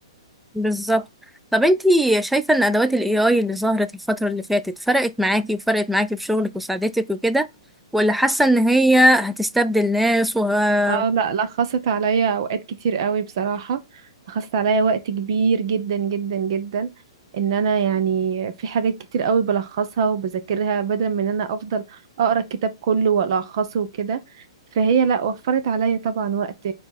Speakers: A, in the centre; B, on the right (about 55°).
A: بالظبط طب انتي شايفة ان ادوات الاي اي اللي ظهرت الفترة اللي فاتت فرقت معاكي وفرقت معاكي في شغلك وساعدتك وكده ولا حاسة ان هي هتستبدل ناس وه...
B: اه لا لا خاصت عليا أوقات كتير قوي بصراحة خاصت عليا وقت كبير جدا جدا جدا ان انا يعني في حاجات كتير قوي بلخصها وبذاكرها بدل من ان انا افضل اقرا الكتاب كله والخصه وكده فهي لا وفرت عليا طبعا وقت